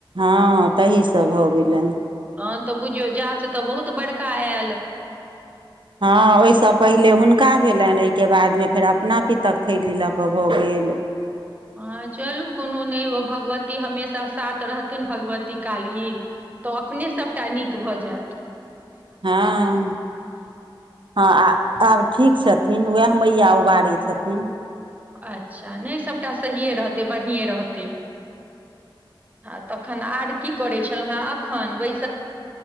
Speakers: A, on the right; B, on the right.
A: हां तहि सँ भऽ गेलैन
B: तहन तऽ बुझियौ जाँच तऽ बहुत बड़का एल
A: हां ओहिसँ पहिले हुनका भेलैन एहिके बादमे फेर अपना पितक थैली लऽ कऽ भऽ गेल गेल
B: हाँ चलू कोनो नैय ओ भगवती हमेशा साथ रहथिन भगवती काली तऽ अपने सभटा नीक भऽ जेत
A: हँ हँ आ आब ठीक छथिन उएह मैया उबारै छथिन
B: अच्छा नहि सभटा सहिए रहतै बढ़िए रहतै आ तखन आर की करै छलहुँ हेँ एखन बै